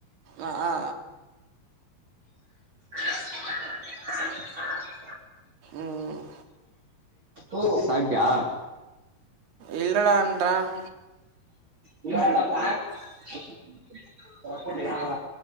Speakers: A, on the right; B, on the right.
A: ஆ ஆ
B: கா.. கா.. கா...
A: ம் ம்
B: ஓ சாப்டியா
A: இல்லைடான்றேன்
B: இல்ல நா சாப்பலா